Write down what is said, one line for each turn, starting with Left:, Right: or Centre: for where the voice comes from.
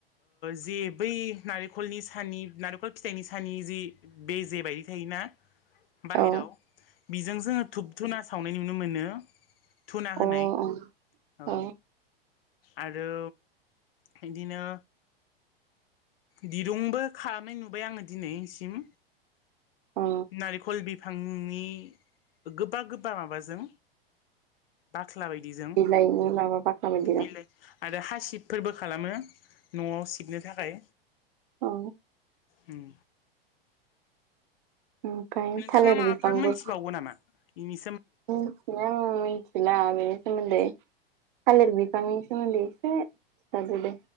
Left: जे बै नारेंखलनि सानि नारेंखल फिथाइनि सानि जि बेजेबाय थायोना बाहेराव
Right: अ औ
Left: बेजों जोङो धुुब धुना सावनाय नुनो मोनो धुना होनाय
Right: औ अ
Left: औ
Right: अ
Left: आरो बिदिनो दिरुंबो खालामनाय नुबाय आङो दिनैसिम
Right: अ
Left: नारिखल बि फांनि गोबा गोबा माबाजों बा ख्ला बायदि जों
Right: बिलाइनि माबा बाख्ला बायदि दं
Left: बिलाइ आरो हासिबफोरबो खालामो न'आव सिबनो थाखाय
Right: औ
Left: उम
Right: ओमफ्राय
Left: नोंथाङा
Right: थालिर
Left: माबाफोर
Right: बिफांखौ
Left: मोनथिबावगौ नामा इनि
Right: मिथिनाया मिथिला आं बेनि सोमोन्दै थालिर बिफांनि सोमोन्दै एसे खिथादो दे